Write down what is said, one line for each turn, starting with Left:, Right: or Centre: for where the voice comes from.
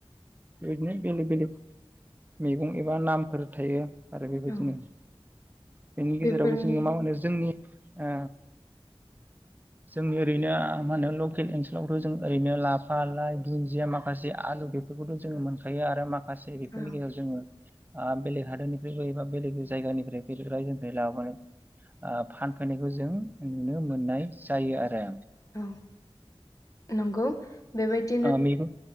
Right: बेदिनो बेलेग बेलेक मैगं एबा नामफोर थायो। आरो बेबायदिनो
Left: औ
Right: बेनि गेजेरावबो
Left: बेफोरनि
Right: जोंङो मा होनो जोंनि ओ जोंनि ओरैनो मा होनो लकेल ओनसोलावथ' जों ओरैनो लाफा लाइ दुन्दिया माखासे आलु बेफोरखौथ' जोङो मोनखायो आरो माख खासे बेफोरनि
Left: औ
Right: गेजेराव जोङो ओ बेलेग हादर निफ्रायबो एबा बेलेग जायगा निफ्राय बेलेग रायजो निफ्राय लाबानो ओ फानफै नायखौ जों नुनो मोननाय जायो आरो।
Left: औ नंगौ बेबायदि
Right: ओ मैगं